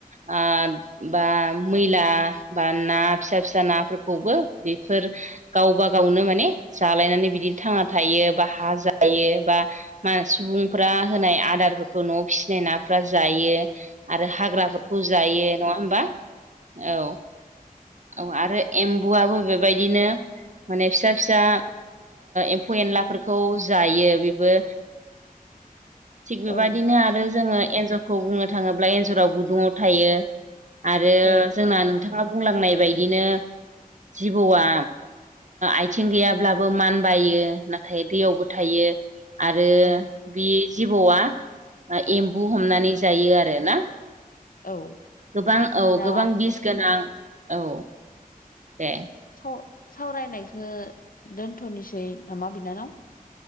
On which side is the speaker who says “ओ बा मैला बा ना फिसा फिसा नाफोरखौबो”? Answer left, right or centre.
Right